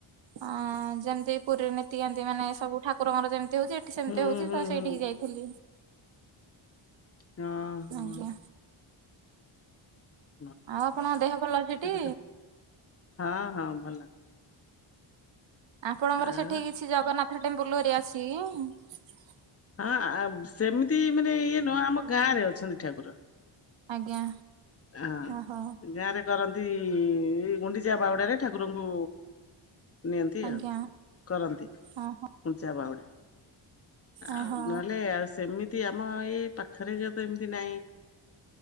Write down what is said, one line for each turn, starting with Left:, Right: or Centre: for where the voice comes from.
Right: ଅଁ ଯେମିତି ପୁରୀ ନି ନ୍ତୀ ଏନ୍ତି ମାନେ ସବୁ ଠାକୁରଙ୍କର ଯେମିତି ହୋଉଚି ଏଠି ସେମିତି
Left: ହୁଁ
Right: ହୋଉଚି
Left: ହୁଁ
Right: ତ ସେଇଠି
Left: ହୁଁ।
Right: ଯାଇଥିଲି।
Left: ଅହଁ
Right: ଆଜ୍ଞା
Left: ହଁ।
Right: ଆଉ ଆପଣଙ୍କ ଦେହ ଭଲ ଅଛି
Left: ସେଠି
Right: ଟି।
Left: ତ ହଁ ହଁ ଭଲ।
Right: ଆପଣଙ୍କର
Left: ଆଉ
Right: ସେଠି କିଛି ଜଗନ୍ନାଥ ଟେମ୍ପୁଲ ହେରିକା ଅଛି କି?
Left: ହଁ ଆବ ସେମିତି ମାନେ ଇଏ ନୁହଁ ଆମ ଗାଁରେ ଅଛନ୍ତି ଠାକୁର।
Right: ଆଜ୍ଞା।
Left: ଅହଁ
Right: ଓହୋ
Left: ଗାଁରେ କରନ୍ତି ଏଇ ଗୁଣ୍ଡିଚା ବାହୁଡ଼ାରେ ଠାକୁରଙ୍କୁ ନିଅନ୍ତି
Right: ଆଜ୍ଞା
Left: ଆଉ କରନ୍ତି ଗୁଣ୍ଡିଚା
Right: ଓହୋ
Left: ବାହୁଡ଼ା। ଆଉ
Right: ଓହୋ
Left: ନହେଲେ ଆଉ ସେମିତି ଆମ ଏଇ ପାଖରେ ଯୋଉ ତ ଏମିତି ନାଇଁ।